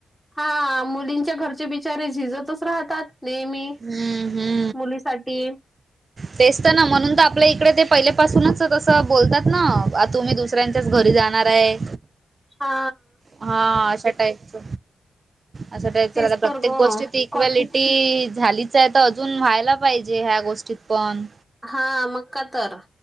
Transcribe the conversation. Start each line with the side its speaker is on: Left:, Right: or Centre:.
Centre: हा मुलींच्या घरचे बिचारे झिजतच राहतात नेहमी
Right: हम्म हम्म
Centre: मुलीसाठी
Right: तेच तर ना म्हणून तर आपल्या इकडे ते पहिले पाासूनच तसं बोलतात ना तुम्ही दुस दुसऱ्यांच्याच घरी जाणार आहे
Centre: हा
Right: हा अशा टाईपच असं
Centre: तेच
Right: आता प्रत्येक
Centre: तर ग
Right: गोष्टीत इक्वेलिटी
Centre: कठीण
Right: झालीच तर अजून व्हायला पाहिजे ह्या गोष्टीत पण
Centre: हा मग का तर